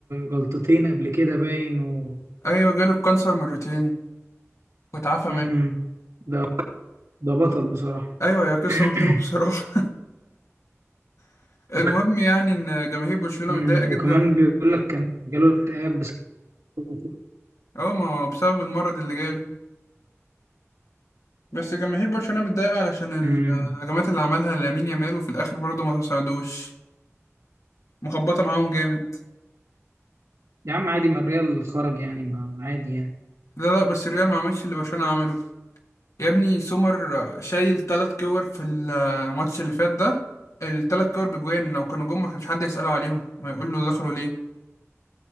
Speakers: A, on the right (about 80°); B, on the left (about 75°).
A: جلطتين قبل كده باين و...
B: ايوه جاله الكانسر مرتين واتعافى
A: مم.
B: منه
A: ده ده بطل بصراحة
B: ايوه يا قصه
A: <coughs>
B: مؤلمه بصراحه <laughs>
A: <clears throat>
B: المهم يعني ان جماهير برشلونه
A: مم.
B: متضايقه جدا
A: وكمان بيقول لك كان جاله اكتئاب بس <coughs>
B: اه ما هو بسبب المرض اللي جاله بس جماهير برشلونه متضايقه علشان
A: مم.
B: الهجمات اللي عملها لامين يامال وفي الاخر برضه ما ساعدوش مخبطه معاهم جامد
A: يا عم عادي ما الريال خرج يعني ما عادي يعني
B: لا لا بس الريال ما عملش اللي برشلونه عمله يا ابني سومر شايل تلات كور في الماتش اللي فات ده التلات كور بجوان لو كانوا جم ما كانش حد يسأله عليهم ما يقول له دخلوا ليه